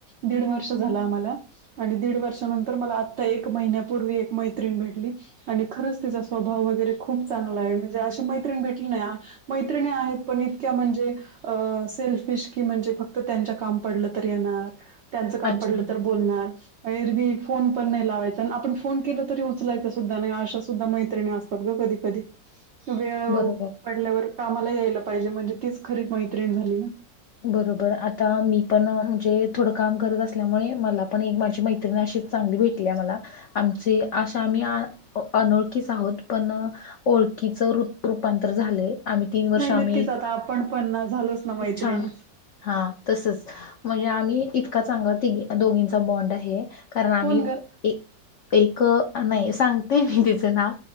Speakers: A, on the right; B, on the left.
A: दीड वर्ष झालं आम्हाला. आणि दीड वर्षानंतर मला आत्ता एक महिन्यापूर्वी एक मैत्रीण भेटली. आणि खरंच तिचा स्वभाव वगैरे खूप चांगला आहे. म्हणजे अशी मैत्रिणी भेटली ना मैत्रिणी आहेत, पण इतक्या म्हणजे अ सेल्फिश की म्हणजे फक्त त्यांच्या काम पडलं तर येणार, त्यांच काम
B: अच्छा
A: पडलं तर बोलणार. एरवी फोन पण नाही लावायचा आणि आपण फोन केला तरी उचलायच सुद्धा नाही अशा सुद्धा मैत्रिणी अस <unintelligible> ग कधी कधी. वेळ
B: बरोबर
A: पडल्यावर कामाला यायला पाहिजे म्हणजे तीच खरीच मैत्रीण झाली ना.
B: बरोबर आता मी पण म्हणजे थोडं काम करत असल्यामुळे, मला पण एक माझी मैत्रिणी अशीच चांगली भेटली आहे मला. आमची अशा आम्ही अनोळखीच आहोत पण ओळखीच रुत-रूपांतर झालंय. आम्ही तीन वर्ष
A: नाही
B: आम्ही
A: नक्कीच आता आपण पण ना झालोच ना मैत्रिणीच.
B: छान हा तसंच म्हणजे आम्ही इतका चांगला तीघी दोघींचा बॉन्ड आहे. कारण आम्ही
A: कोण गं?
B: एक एक नाही सांगते मी तिचं नाव.